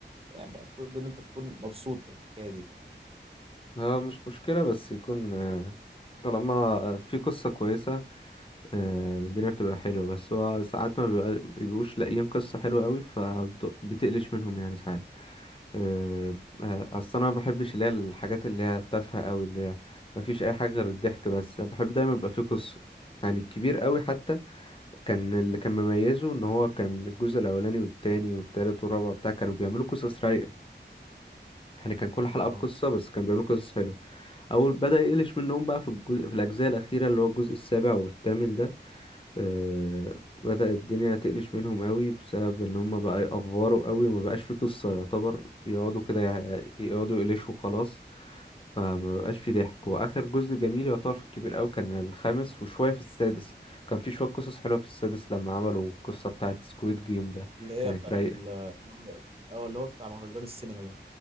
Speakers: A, on the right; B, on the left.
A: يعني المفروض إن أنت تكون مبسوط بالحكاية دي
B: اه مش مشكلة بس يكون آه، طالما آه، في قصة كويسة آه، الدنيا بتبقى حلوة بس هو ساعات ما بيبقى- بيبقوش لاقيين قصة حلوة قوي فبتقلش منهم يعني ساعات آه، آه، اصل انا ما بحبش اللي هي الحاجات اللي هي تافهه قوي اللي هي ما فيش اي حاجه غير الضحك بس بحب دايما يبقى فيه قصه يعني الكبير قوي حتى كان اللي كان مميزه ان هو كان الجزء الاولاني والتاني والتالت والرابع بتاع كانوا بيعملوا قصص رايقه يعني كان كل حلقه
A: اه
B: بقصه بس كانوا بيعملوا قصص حلوه اول بدأ يقلش منهم بقى في الجزء في الاجزاء الاخيره اللي هو الجزء السابع والثامن ده آه، بدأ الدنيا تقلش منهم قوي بسبب ان هم بقى يأفوروا قوي وما بقاش في قصة يعتبر يقعدوا كده يع- يقعدوا يقلشوا خلاص فما بقاش في ضحك واخر جزء جميل يعتبر في الكبير قوي كان الخامس وشوية في السادس كان في شوية قصص حلوة في السادس لما عملوا القصة بتاعة سكويد جيم ده
A: اللي هي
B: كانت
A: بتاعت
B: رايقة
A: ال- اللي هو اه اللي هو بتاع مهرجان السينما ده